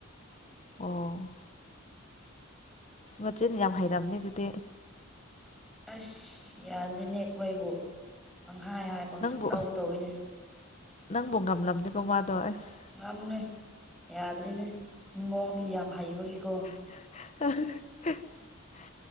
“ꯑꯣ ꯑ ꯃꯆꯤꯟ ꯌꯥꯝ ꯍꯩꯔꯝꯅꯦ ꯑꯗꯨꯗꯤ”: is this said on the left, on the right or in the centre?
Left